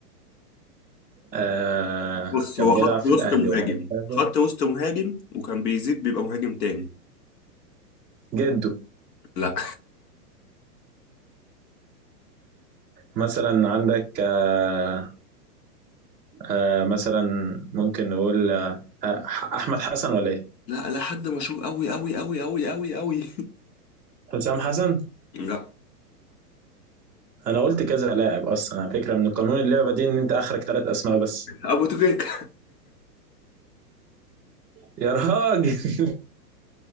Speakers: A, in the centre; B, on the left.
A: آه
B: بص
A: كان
B: هو
A: بيلعب
B: خط
A: في
B: وسط
A: الاهلي
B: مهاجم
A: وهكذا
B: خط وسط مهاجم وكان بيزيد بيبقى مهاجم تاني
A: جده
B: لا
A: مثلا عندك آه آه مثلا ممكن نقول آه آه، احمد حسن ولا ايه
B: لا لا حد مشهور قوي قوي قوي قوي قوي قوي <laughs>
A: حسام حسن
B: لا
A: انا قلت كذا لاعب اصلا على فكره من قانون اللعبه دي ان انت اخرك ثلاث اسماء بس
B: ابو تريكة
A: يا راجل <laughs>